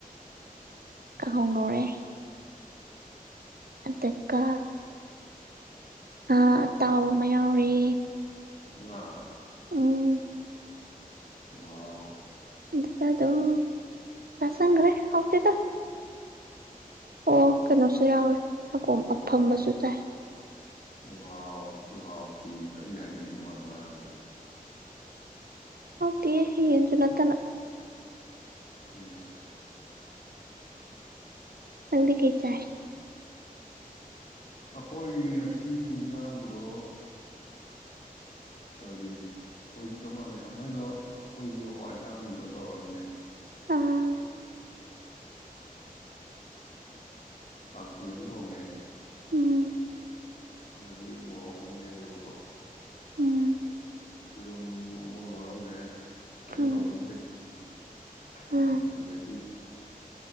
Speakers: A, on the right; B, on the left.
A: ꯀꯪꯍꯧ ꯉꯧꯔꯦ ꯑꯗꯨꯒ ꯉꯥ ꯑꯇꯥꯎꯕ ꯑꯃ ꯌꯥꯎꯔꯦ
B: ꯉꯥ
A: ꯎꯝ
B: ꯋꯥꯎ
A: ꯑꯗꯨꯒ ꯑꯗꯨꯝ ꯆꯥꯁꯟꯒ꯭ꯔꯦ ꯍꯥꯎꯇꯦꯗ
B: <unintelligible>
A: ꯑꯣ ꯀꯩꯅꯣꯁꯨ ꯌꯥꯎꯋꯦ ꯁꯪꯒꯣꯝ ꯑꯐꯝꯕꯁꯨ ꯆꯥꯏ
B: ꯋꯥꯎ ꯑꯗꯨꯛ ꯍꯥꯎꯕꯗꯤ ꯀꯔꯤ ꯍꯥꯏꯅꯤꯡꯉꯤꯅꯣ ꯃꯥ ꯉꯥꯡꯉꯤꯖꯤꯕꯣ
A: ꯇꯤ ꯌꯦꯟꯖꯨ ꯅꯠꯇꯅ
B: ꯏꯁ
A: ꯅꯪꯗꯤ ꯀꯩ ꯆꯥꯏ
B: ꯑꯁ ꯑꯩꯈꯣꯏꯒꯤ ꯉꯁꯤꯒꯤ ꯏꯟꯖꯥꯡꯗꯣ ꯀꯔꯤ ꯑꯩꯈꯣꯏꯖꯨ ꯆꯞ ꯃꯥꯟꯅꯩ ꯅꯣꯏꯗꯣ ꯑꯩꯈꯣꯏꯖꯨ ꯍꯋꯥꯏꯁꯥꯡꯕꯤꯗꯣ ꯇꯧꯔꯒꯅꯦ
A: ꯎꯝ
B: ꯀꯥꯡꯁꯣꯏ ꯑꯃ ꯊꯣꯡꯉꯦ
A: ꯎꯝ
B: <unintelligible> ꯗꯒꯤ ꯃꯣꯔꯛ ꯑꯃ ꯃꯦꯠꯂꯦꯕꯀꯣ
A: ꯎꯝ
B: ꯌꯦꯔꯨꯝ ꯑꯃ ꯉꯥꯎꯔꯝꯃꯦ ꯑꯩꯅ
A: ꯎꯝ
B: ꯇꯧꯕꯅꯤ <unintelligible>
A: ꯑ
B: ꯑꯗꯥꯒꯤ